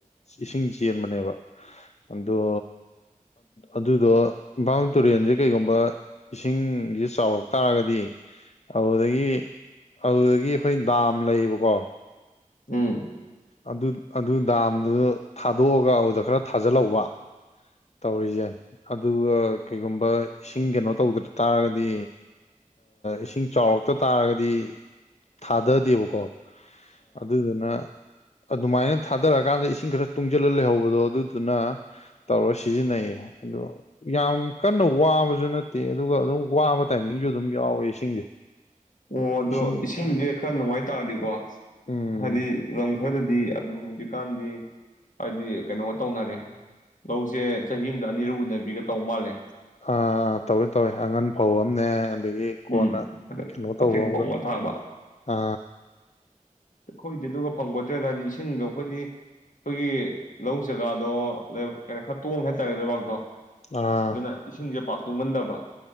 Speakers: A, on the left; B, on the left.
A: ꯏꯁꯤꯡꯁꯤ ꯆꯦꯟꯕꯅꯦꯕ ꯑꯗꯣ ꯑꯗꯨꯗꯣ ꯏꯝꯐꯥꯜ ꯇꯨꯔꯦꯟꯁꯦ ꯀꯩꯒꯨꯝꯕ ꯏꯁꯤꯡꯁꯦ ꯆꯥꯎꯔꯛ ꯇꯥꯔꯒꯗꯤ ꯑꯗꯨꯗꯒꯤ ꯑꯗꯨꯗꯒꯤ ꯑꯩꯈꯣꯏ ꯗꯥꯝ ꯂꯩꯌꯦꯕꯀꯣ
B: ꯎꯝ
A: ꯑꯗꯨ ꯑꯗꯨ ꯗꯥꯝꯗꯨꯗ ꯊꯥꯗꯣꯛꯑꯒ ꯑꯗꯨꯗ ꯈꯔ ꯊꯥꯖꯤꯜꯍꯧꯕ ꯇꯧꯔꯤꯁꯦ ꯑꯗꯨꯒ ꯀꯩꯒꯨꯝꯕ ꯏꯁꯤꯡ ꯀꯩꯅꯣ ꯇꯧꯗ ꯇꯥꯔꯒꯗꯤ ꯏꯁꯤꯡ ꯆꯥꯎꯔꯛꯇ ꯇꯥꯔꯒꯗꯤ ꯊꯥꯗꯗꯦꯕꯀꯣ ꯑꯗꯨꯗꯅ ꯑꯗꯨꯃꯥꯏꯅ ꯊꯥꯗꯔꯛꯀꯥꯟꯗ ꯏꯁꯤꯡ ꯈꯔ ꯇꯨꯡꯁꯤꯜꯂ ꯂꯩꯍꯧꯕꯗꯣ ꯑꯗꯨꯗꯨꯅ ꯇꯧꯔ ꯁꯤꯖꯤꯟꯅꯩꯌꯦ ꯑꯗꯣ ꯌꯥꯝ ꯀꯟꯅ ꯋꯥꯕꯁꯨ ꯅꯠꯇꯦ ꯑꯗꯨꯒ ꯑꯗꯨꯝ ꯋꯥꯕ ꯇꯥꯏꯃꯤꯡꯁꯨ ꯑꯗꯨꯝ ꯌꯥꯎꯋꯦ ꯏꯁꯤꯡꯁꯦ
B: ꯑꯣ ꯑꯗꯣ
A: ꯏꯁꯤꯡ
B: ꯏꯁꯤꯡꯁꯦ ꯈꯔ ꯅꯨꯡꯉꯥꯏ ꯇꯥꯔꯗꯤꯀꯣ
A: ꯎꯝ
B: ꯍꯥꯏꯗꯤ ꯂꯝ ꯈꯔꯗꯗꯤ ꯑꯗꯨꯝ ꯍꯧꯖꯤꯛꯀꯥꯟꯗꯤ ꯍꯥꯏꯗꯤ ꯀꯩꯅꯣꯒ ꯇꯧꯅꯔꯦ ꯂꯧꯁꯦ ꯆꯍꯤ ꯑꯃꯗ ꯑꯅꯤꯔꯛ ꯎꯅꯕꯤꯒ ꯇꯧ ꯃꯥꯜꯂꯦ
A: ꯑꯥ ꯑ ꯇꯧꯋꯦ ꯇꯧꯋ ꯑꯉꯟ ꯐꯧ ꯑꯅꯦ ꯑꯗꯒꯤ ꯀꯣꯟꯅ
B: ꯎꯝ, ꯑꯗ
A: ꯀꯩꯅꯣ ꯇꯧꯕ
B: ꯑꯊꯦꯡ
A: ꯑꯃꯒ
B: ꯐꯧ ꯊꯥꯕ.
A: ꯑ
B: ꯑꯩꯈꯣꯏꯗꯤ ꯑꯗꯨꯒ ꯐꯪꯕꯣꯠꯇ꯭ꯔꯦꯗ ꯍꯥꯏꯗꯤ ꯏꯁꯤꯡꯗꯣ ꯑꯩꯈꯣꯏꯗꯤ ꯑꯩꯈꯣꯏꯒꯤ ꯂꯧ ꯖꯒꯥꯗꯣ ꯀꯩꯅꯣ ꯈꯔ ꯇꯣꯡꯉꯦ ꯍꯥꯏꯇꯥꯔꯦ ꯂꯩꯕꯥꯛꯇꯣ ꯑꯗꯨꯅ
A: ꯑꯥ
B: ꯏꯁꯤꯡꯁꯦ ꯄꯥꯛ ꯇꯨꯡꯒꯟꯗꯕ